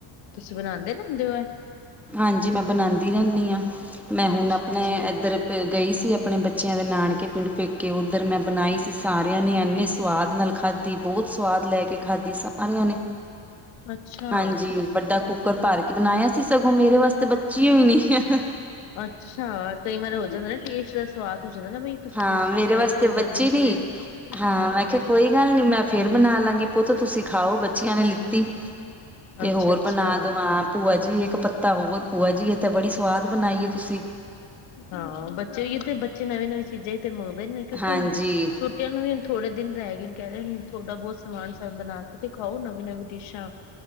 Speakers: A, on the left; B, in the centre.
A: ਤੁਸੀਂ ਬਣਾਉਂਦੇ ਰਹਿੰਦੇ ਹੋ ਐ
B: ਹਾਂਜੀ ਮੈਂ ਬਣਾਉਂਦੀ ਰਹਿੰਦੀ ਹਾਂ ਮੈਂ ਹੁਣ
A: ਅੱਛਾ
B: ਆਪਣੇ
A: ਅੱਛਾ
B: ਇਧਰ ਗਈ ਸੀ ਆਪਣੇ ਬੱਚਿਆਂ ਦੇ ਨਾਨਕੇ ਪਿੰਡ ਪੇਕੇ ਉੱਧਰ ਮੈਂ ਬਣਾਈ ਸੀ ਸਾਰਿਆਂ ਨੇ ਇੰਨੇ ਸਵਾਦ ਨਾਲ ਖਾ ਖਾਧੀ ਬਹੁਤ ਸਵਾਦ ਲੈ ਕੇ ਖਾਧੀ ਸਾਰਿਆਂ ਨੇ
A: ਅੱਛਾ
B: ਹਾਂਜੀ ਵੱਡਾ ਕੁੱਕਰ ਭਾਰ ਕੇ ਬਣਾਇਆ ਸੀ ਸਗੋਂ ਮੇਰੇ ਵਾਸਤੇ ਬੱਚੀ ਹੋਈ ਨ ਹੈ
A: ਅੱਛਾ ਕਈ ਵਾਰੀ ਹੋ ਜਾਂਦਾ ਟੈਸਟ ਦਾ ਸਵਾਦ ਸੋਚਦਾ ਨਾ ਬਈ ਤੁਸੀਂ
B: ਹਾਂ
A: ਦੂਸਰੇ
B: ਮੇਰੇ
A: ਸ਼ਹਿਰ
B: ਵਾਸਤੇ
A: ਤੋਂ ਫਿਰ
B: ਬੱਚੀ
A: ਦੂਸਰੇ
B: ਨੀ ਹਾਂ
A: ਅ
B: ਮੈਂ ਕਿਹਾ ਕੋਈ ਗੱਲ ਨੀ ਮੈਂ ਫੇਰ ਬਣਾ ਲਾਂਗੀ ਪੁੱਤ ਤੁਸੀਂ ਖਾਓ ਬੱਚਿਆਂ ਨੇ ਲਿੱਤੀ ਕਿ
A: ਅੱਛਾ-ਅੱਛਾ
B: ਹੋਰ ਬਣਾ ਦੋ ਹਾਂ ਭੂਆ ਜੀ ਇੱਕ ਤਾਂ ਹੋਰ ਭੂਆ ਜੀਏ ਤਾਂ ਬੜੀ ਸਵਾਦ ਬਣਾਈਏ ਤੁਸੀਂ
A: ਹਾਂ ਬੱਚੇ ਹੀ ਤੇ ਬੱਚੇ ਨਵੇਂ-ਨਵੇਂ ਚੀਜ਼ਾਂ ਹੀ ਤੇ ਮੰਗਦੇ ਨੇ ਕਿਉਂਕ
B: ਹਾਂਜੀ,
A: ਹੁਣ ਛੁੱਟੀਆਂ ਨੂੰ ਵੀ ਥੋੜੇ ਦਿਨ ਰਹਿ ਗਏ ਕਹਿ ਰਹੇ ਥੋੜ੍ਹਾ ਬਹੁਤ ਸਮਾਨ ਸਮਾਨ ਬਣਾ ਕੇ ਤੇ ਖਾਓ ਨਵੀਂ ਨਵੀਂ ਡਿਸ਼ਾਂ